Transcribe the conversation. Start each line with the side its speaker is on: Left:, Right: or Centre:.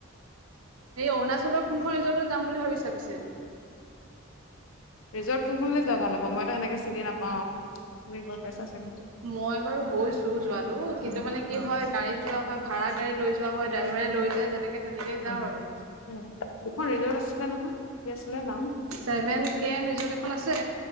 Right: এই অৰুণাচলৰ কোনখন ৰিজৰ্টত যাম বুলি ভাবিছা পিছে।
Left: ৰিজৰ্ট কোনখনলৈ যোৱা ভাল হ'ব মইতো সেনেকে চিনি নাপাওঁ তুমি গৈ পাইছা চাগে
Right: মই বাৰু গৈছো যোৱাটো কিন্তু
Left: উম,
Right: মানে কি
Left: উম,
Right: হয় গাড়ীত যোৱা হয় ভাড়া গাড়ী লৈ যোৱা হয় ড্ৰাইভাৰে লৈ যায় যেনেকে তেনেকে যাওঁ
Left: উম,
Right: আৰু
Left: উম দুখন ৰিজাৰ্ট আছিলে নহয়। কি আছিলে নাম
Right: চেভেন কে এম ৰিজৰ্ট এখন আছে।